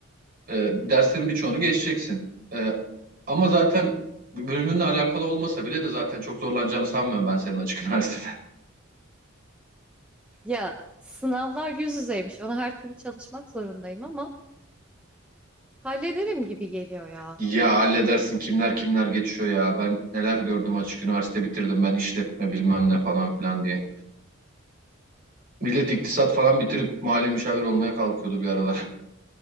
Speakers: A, on the right; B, in the centre.
A: Ee, derslerin birçoğunu geçeceksin. Ee, ama zaten bölümünle alakalı olmasa bile de zaten çok zorlanacağını sanmıyorum ben senin açık <laughs> üniversitede.
B: Ya sınavlar yüz yüzeymiş. Ona her türlü çalışmak zorundayım ama hallederim gibi geliyor ya.
A: Ya halledersin kimler kimler geçiyor ya. Ben neler gördüm açık üniversite bitirdim ben işletme bilmem ne falan filan diye. Millet iktisat falan bitirip mali müşavir olmaya kalkıyordu bir aralar.